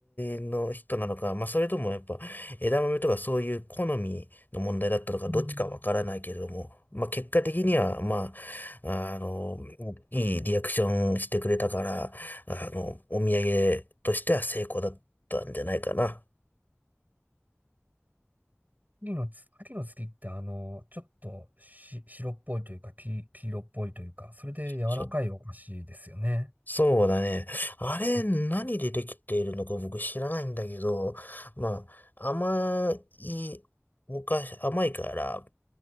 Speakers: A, on the left; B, on the right.
A: 身の人なのか、まあ、それともやっぱ枝豆とかそういう好みの問題だったのか、
B: うん
A: どっちかわからないけれども、まあ、結果的には、まあ、あの、いいリアクションしてくれたから、あの、お土産としては成功だったんじゃないかな。
B: 秋のつ、秋の月ってあの、ちょっとし、白っぽいというか、黄、黄色っぽいというか、それで柔らかいお菓子ですよね。
A: そう。そうだね。あれ、
B: う
A: 何でできているのか僕知らないんだけど、まあ、甘い、お菓子、甘いから、